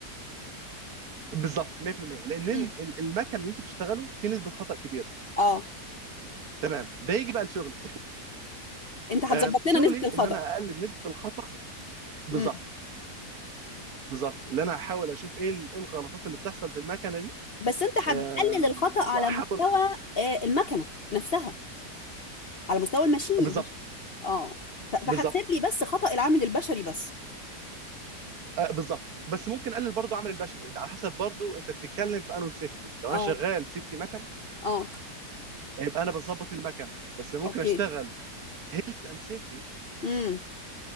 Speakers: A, on the right; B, on the left.
A: بالظبط 100% لان
B: مم.
A: ال- المكن اللي انت بتشتغله فيه نسبه خطا كبيره
B: اه
A: تمام ده يجي بقى لشغلي
B: أنت هتظبط
A: آم، شغلي
B: لنا نسبة الخطأ
A: ان انا اقلل نسبه الخطا بالظبط
B: مم.
A: بالظبط اللي انا هحاول اشوف ايه ال- إيه الغلطات اللي بتحصل في المكنه دي
B: بس أنت هتقلل
A: آم،
B: الخطأ على
A: واحاول
B: مستوى
A: اصلحها
B: آه، المكنة نفسها على مستوى الماشين
A: بالظبط
B: اه ف- فهتسيب
A: بالظبط
B: لي بس خطأ العامل البشري بس
A: آه، بالظبط بس ممكن اقلل برضو عمل البشري انت على حسب برضو انت بتتكلم في انو سيفتي لو انا
B: اه
A: شغال سيفتي مكن
B: اه
A: يبقى انا بظبط المكنه بس ممكن
B: اوكي
A: اشتغل هيلث اند سيفتي
B: امم